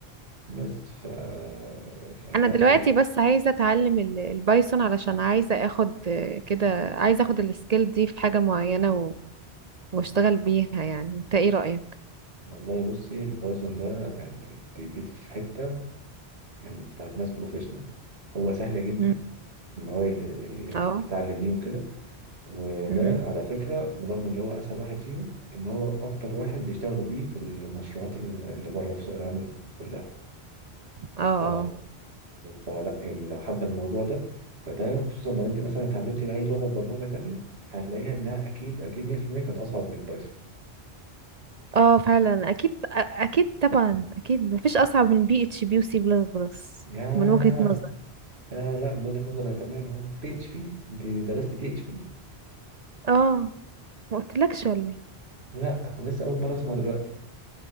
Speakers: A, on the right; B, on the right.
A: بس ف فلا
B: انا دلوقتي
A: هو
B: بس عايزه اتعلم ال- البايثون علشان عايزه اخد آه، كده عايزه اخد السكيل دي في حاجه معينه و... واشتغل بيها يعني انت ايه رايك
A: والله بصي البايثون ده يعني انت جيت في حتة يعني بتاعت ناس بروفيشنال هو سهل جدا
B: مم.
A: ان هو يت-
B: اه
A: تتعلميه وكده وده
B: مهم.
A: على فكرة رغم ان هو اسهل واحد فيهم ان هو اكتر واحد بيشتغلوا بيه في المشروعات اللي بره في سوق العمل كلها
B: اه اه
A: ف... فلا يعني لو حابة الموضوع ده فده خصوصا لو انت مثلا اتعلمتي اي لغة برمجة تانية هتلاقيها انها اكيد اكيد 100% كانت اصعب من بايثون
B: اه فعلا اكيد أ- اكيد طبعا اكيد مفيش اصعب من بي اتش بي وسي بلس بلس
A: ياه
B: من وجهة نظري
A: يا لا من وجهة نظري أنا كمان اهو بي اتش بي انت درست بي اتش بي
B: اه ما قلتلكش ولا ايه
A: لا أنا لسه اول مرة اسمع دلوقتي